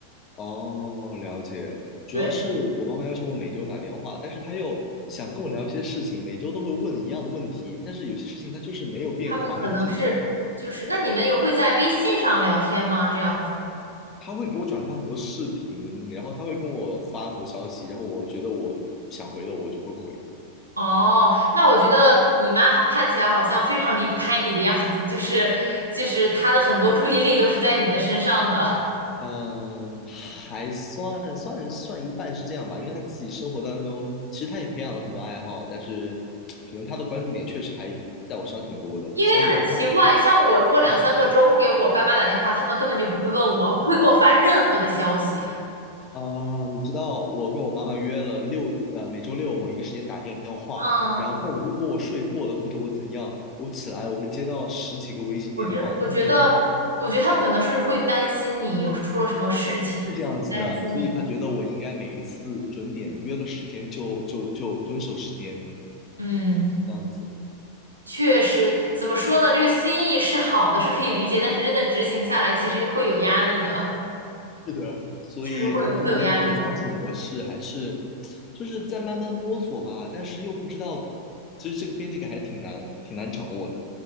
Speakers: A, on the left (about 30°); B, on the right (about 80°).
A: 哦，了解。主要是我妈妈要求我每周打电话，
B: 对，
A: 但是她又想跟我聊一些事情，每周都会问一样的问题，但是有些事情它就是没有变化，
B: 他们可能是就是，
A: 没有进展。
B: 那你们有会在微信上聊天吗？这样子？
A: 他会给我转发很多视频，然后他会跟我发很多消息，然后我觉得我想回的我就会回。
B: 哦，那我觉得你妈好看起来好像非常离不开你的样子，就是就是她的很多注意力都是在你的身上的，
A: 嗯，还算算算一半是这样吧，因为他自己生活当中，其实他也培养了很多爱好，但是可能他的关注点确实还在我身上挺多的。
B: 因为很奇怪，
A: 相比之下，
B: 像我如果两三个周不给我爸妈打电话，
A: 嗯
B: 他们根本就不会问我，不会给我发任何的消息。
A: 啊，你知道我跟我妈妈约了六呃每周六某一个时间打电话，
B: 嗯，
A: 然后如果我睡过了或者我怎样，我起来我会接到十几个微信电话，
B: 我这我觉得，
A: 他们说他们
B: 我觉得他们可能是会担心你有出了什么事情，
A: 是这样子的，
B: 会担心你。
A: 所以他觉得我应该每一次准点约了时间就就就遵守时间
B: 嗯。
A: 这样子。
B: 确实，怎么说呢？这个心意是好的，是可以理解，但是真的执行下来，其实会有压力的，
A: 是的，所以和父母之间的这种相处模式还是就是在慢慢摸索吧，
B: 确实会会有压力的。
A: 但是又不知道，其实这个边界感还挺难挺难掌握的。